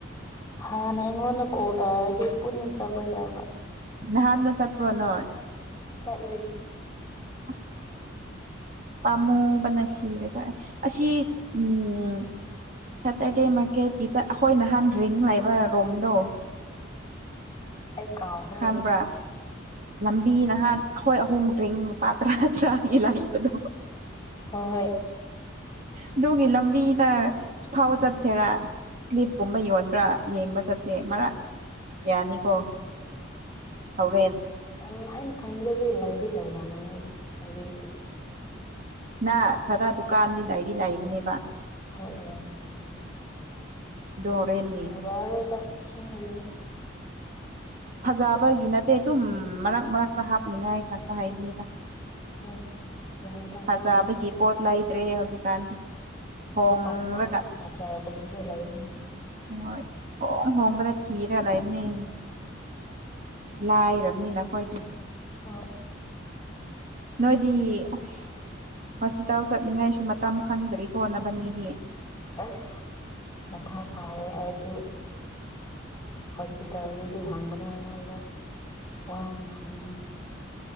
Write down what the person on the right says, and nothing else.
ꯅꯍꯥꯟꯗꯣ ꯆꯠꯄ꯭ꯔꯣ ꯅꯣꯏ
ꯑꯁ ꯄꯥꯝꯃꯨꯕꯅ ꯁꯤꯔꯦꯗ ꯑꯩ ꯑꯁꯤ ꯎꯝ ꯁꯦꯇꯔꯗꯦ ꯃꯥꯔꯀꯦꯠꯀꯤ ꯆꯠ ꯑꯩꯈꯣꯏ ꯅꯍꯥꯟ ꯗ꯭ꯔꯤꯡ ꯂꯩꯕ ꯔꯣꯝꯗꯣ
ꯈꯪꯕ꯭ꯔꯥ ꯂꯝꯕꯤ ꯅꯍꯥꯟ ꯑꯩꯈꯣꯏ ꯑꯍꯨꯝ ꯗ꯭ꯔꯤꯡ ꯃꯄꯥ ꯇꯔꯥ ꯇꯔꯥꯒꯤ ꯂꯩꯕꯗꯣ
ꯑꯗꯨꯒꯤ ꯂꯝꯕꯤꯗ ꯁ꯭ꯐꯥꯎ ꯆꯠꯁꯦꯔꯥ ꯀ꯭ꯂꯤꯞꯀꯨꯝꯕ ꯌꯣꯟꯕ꯭ꯔꯥ ꯌꯦꯡꯕ ꯆꯠꯁꯦ ꯃꯔꯛ ꯌꯥꯅꯤꯀꯣ ꯍꯧꯔꯦꯟ
ꯅꯥ ꯈꯔ ꯗꯨꯀꯥꯟꯗꯤ ꯂꯩꯗꯤ ꯂꯩꯕꯅꯦꯕ
ꯗꯣ ꯍꯔꯦꯟꯅꯤ
ꯐꯖꯕꯒꯤ ꯅꯠꯇꯦ ꯑꯗꯨꯝ ꯃꯔꯛ ꯃꯔꯛꯇ ꯍꯥꯞꯅꯤꯡꯉꯥꯏ ꯈꯛꯇ ꯍꯥꯏꯕꯅꯤꯗ
ꯐꯖꯕꯒꯤ ꯄꯣꯠ ꯂꯩꯗ꯭ꯔꯦ ꯍꯧꯖꯤꯛꯀꯥꯟꯗꯤ ꯍꯣꯡꯔꯒ
ꯍꯣꯏ ꯍꯣꯡ ꯍꯣꯡꯕꯗ ꯊꯤꯔꯦ ꯂꯩꯕꯅꯦ ꯂꯥꯏꯔꯝꯅꯤꯅ ꯑꯈꯣꯏꯗꯤ
ꯅꯣꯏꯗꯤ ꯑꯁ ꯍꯣꯁꯄꯤꯇꯥꯜ ꯆꯠꯅꯤꯡꯉꯥꯏꯁꯨ ꯃꯇꯝ ꯈꯪꯗ꯭ꯔꯤꯀꯣ ꯅꯕꯥꯟꯅꯤꯗꯤ